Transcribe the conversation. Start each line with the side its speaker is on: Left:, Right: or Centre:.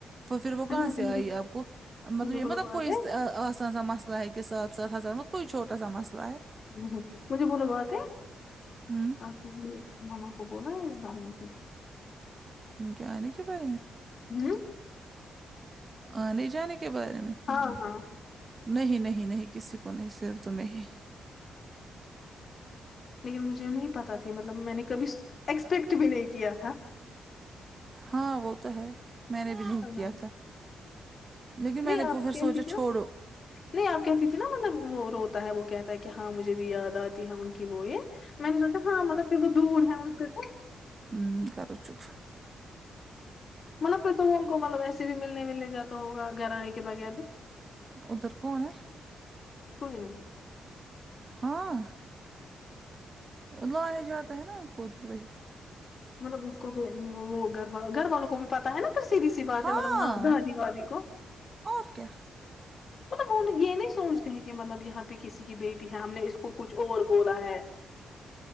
Right: تو پھر وہ
Left: اچھا
Right: کہاں
Left: مجھے بولو
Right: سے آئی آپ کو مطلب
Left: مجھے
Right: یہ
Left: بولو
Right: مطلب
Left: بات
Right: کوئی
Left: ہے
Right: اس ا آسان سا مسئلہ ہے کہ ساتھ ساتھ اتزارہت کوئی چھوٹا سا مسلہ ہے
Left: ہوں ہوں مجھے بولو باتیں
Right: ہم
Left: آپ جی مما کو بولا ہے اس بار میں کچھ
Right: ان کے آنے کے بارے میں
Left: نہیں
Right: آنے جانے کے بارے میں
Left: ہاں ہاں
Right: نہیں نہیں نہیں کسی کو نہیں صرف تمہیں ہی
Left: لیکن مجھے نہیں پتا تھی مطلب میں نے کبھی ایکسپیکٹ بھی نہیں کیا تھا
Right: ہاں وہ تو ہے میں نے بھی نہیں
Left: اللہ
Right: کیا تھا لیکن
Left: نہیں
Right: میں نے
Left: آپ
Right: وہ پھر
Left: کہتی
Right: سوچا
Left: کیا
Right: چھوڑو
Left: نہیں آپ کہتی تھی نا مطلب وہ روتا ہے وہ کہتا ہے کہ ہاں مجھے بھی یاد آتی ہے ان کی کے وہ یہ میں نے سوچا ہاں مطلب پھر وہ دور ہے ان پہ تو
Right: ہوں کرو چپ
Left: مطلب پھر تو ان کو مطلب ایسے بھی ملنے ملنے جاتا ہوگا گھرانے کے بغیر نہ
Right: ادھر کون ہے
Left: کوئی نہیں
Right: ہاں لانے جاتا ہے ان کو ادھر وہی
Left: مطلب اس کو پھر وہ گھر وا گھر والوں کو بھی پتہ ہے نا تو سیدھی سی بات
Right: ہاں
Left: ہے مطلب نہ دادی وادی کو
Right: اور کیا
Left: مطلب وہ یہ نہیں سوچتے ہیں کہ مطلب یہاں پہ کسی کی بیٹی ہے ہم نے اس کو کچھ اوور بولا ہے